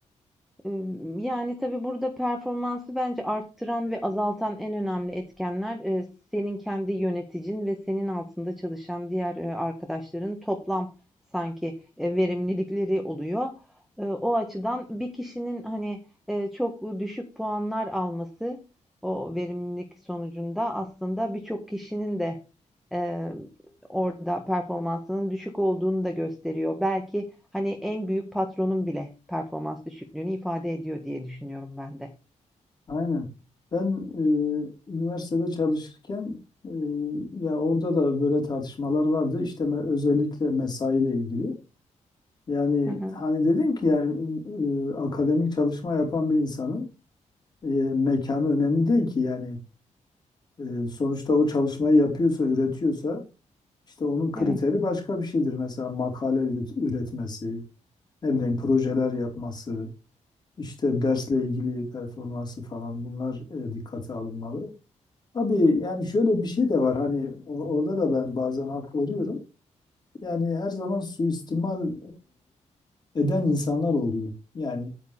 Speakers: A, in the centre; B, on the left.
A: Emm, yani, tabii burada performansı bence arttıran ve azaltan en önemli etkenler, eee, senin kendi yöneticin ve senin altında çalışan diğer, eee, arkadaşların toplam sanki, eee, verimlilikleri oluyor. Eee, o açıdan bir kişinin, hani, eee, çok düşük puanlar alması o verimlilik sonucunda aslında birçok kişinin de, eee, orada performansının düşük olduğunu da gösteriyor. Belki hani en büyük patronun bile performans düşüklüğünü ifade ediyor diye düşünüyorum ben de.
B: Aynen. Ben e, üniversitede çalışırken e, ya orada da böyle tartışmalar vardı. İşte me- özellikle mesaiyle ilgili. Yani
A: Hı hı.
B: hani dedim ki yani e, akademik çalışma yapan bir insanın e, mekanı önemli değil ki yani E, sonuçta o çalışmayı yapıyorsa, üretiyorsa işte onun kriteri
A: Evet.
B: başka bir şeydir. Mesela makale üret- üretmesi, ne bileyim projeler yapması, işte dersle ilgili performansı falan bunlar e, dikkate alınmalı. Tabii yani şöyle bir şey de var hani o- orada da ben bazen hak veriyorum. Yani her zaman suistimal e, eden insanlar oluyor. Yani